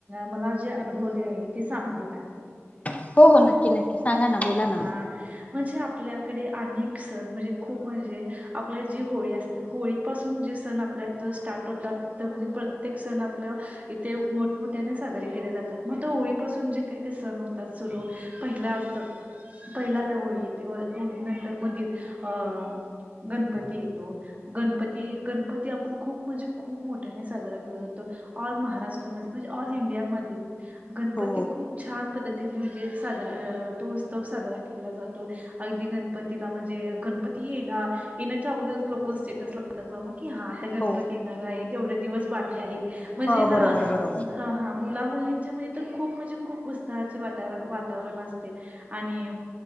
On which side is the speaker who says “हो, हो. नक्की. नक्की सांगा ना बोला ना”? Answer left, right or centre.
Left